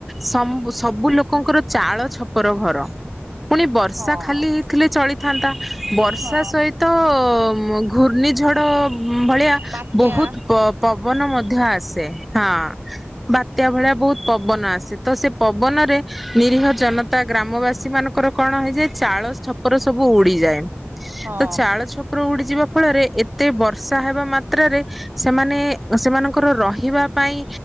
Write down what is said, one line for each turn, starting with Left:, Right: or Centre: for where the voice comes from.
Centre: ସ-ସବୁ ଲୋକଙ୍କର ଚାଳ ଛପର ଘର ପୁଣି ବର୍ଷା
Right: ହଁ
Centre: ଖାଲି ହେଇଥିଲେ ଚଳିଥାନ୍ତା ବର୍ଷା
Right: ହଁ
Centre: ସହିତ ଘୂର୍ଣ୍ଣିଝଡ଼ ଭଳିିଆ
Right: ବାତ୍ୟା
Centre: ବହୁତ ପ ପବନ ମଧ୍ୟ ଆସେ ହଁ ବାତ୍ୟା ଭଳିଆ ବହୁତ ପବନ ଆସେ ତ ସେ ପବନରେ ନିରୀହ ଜନତା ଗ୍ରାମବାସୀ ମାନଙ୍କର କଣ ହେଇଯାଏ ଚାଳ ଛପର ସବୁ ଉଡିଯାଏ।
Right: ହଁ
Centre: ତ ଚାଳ ଛପର ଉଡିଯିବା ଫଳରେ ଏତେ ବର୍ଷା ହେବା ମା ମାତ୍ରାରେ ସେମାନେ ସେମାନଙ୍କର ରହିବା ପାଇଁ